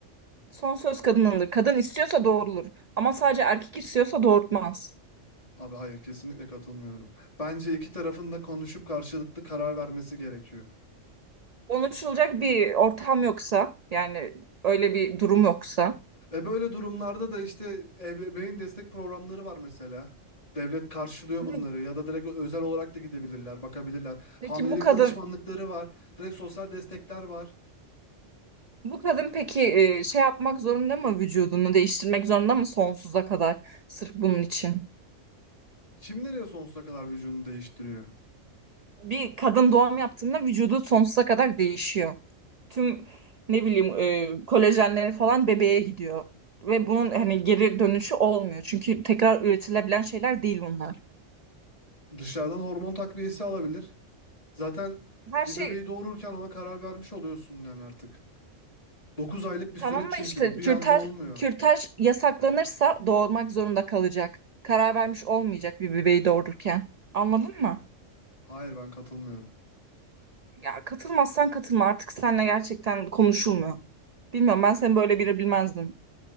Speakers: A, on the right; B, on the left.
A: Son söz kadınındır. Kadın istiyorsa doğrulur. Ama sadece erkek istiyorsa doğurtmaz.
B: Abi hayır kesinlikle katılmıyorum. Bence iki tarafın da konuşup karşılıklı karar vermesi gerekiyor.
A: Konuşulacak bir ortam yoksa, yani öyle bir durum yoksa.
B: E böyle durumlarda da işte ebeveyn destek programları var mesela. Devlet karşılıyor
A: Ne-
B: bunları ya da direkt özel olarak da gidebilirler, bakabilirler.
A: Peki
B: Hamilelik
A: bu kadın,
B: danışmanlıkları var, direkt sosyal destekler var.
A: bu kadın peki e, şey yapmak zorunda mı vücudunu değiştirmek zorunda mı sonsuza kadar sırf bunun için?
B: Kim nereye sonsuza kadar vücudunu değiştiriyor?
A: Bir kadın doğum yaptığında vücudu sonsuza kadar değişiyor. Tüm ne bileyim e, kolajenleri falan bebeğe gidiyor. Ve bunun hani geri dönüşü olmuyor. Çünkü tekrar üretilebilen şeyler değil bunlar
B: Dışarıdan hormon takviyesi alabilir. Zaten
A: her
B: bir
A: şey
B: bebeği doğururken ona karar vermiş oluyorsun yani artık. 9 aylık bir süreç
A: Tamam da
B: çünkü
A: işte
B: bu.
A: kürtaj
B: Bir anda olmuyor.
A: kürtaj yasaklanırsa doğurmak zorunda kalacak. Karar vermiş olmayacak bir bebeği doğururken. Anladın mı?
B: Hayır ben katılmıyorum.
A: Ya katılmazsan katılma. Artık seninle gerçekten konuşulmuyor. Bilmiyorum ben seni böyle biri bilmezdim.